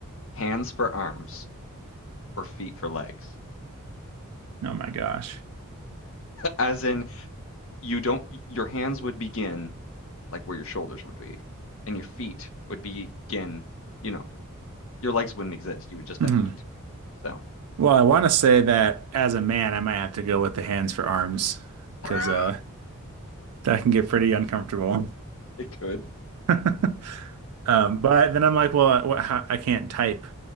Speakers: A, on the left; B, on the right.
A: hands for arms or feet for legs?
B: Oh my gosh.
A: As in, you don't, your hands would begin like where your shoulders would be, and your feet would begin, you know, your legs wouldn't exist. You would just
B: hmm
A: have feet. So
B: Well, I want to say that as a man, I might have to go with the hands for arms because
A: <laughs>
B: uh, that can get pretty uncomfortable.
A: it could.
B: <laughs> Um, but then I'm like, well, what, how, I can't type.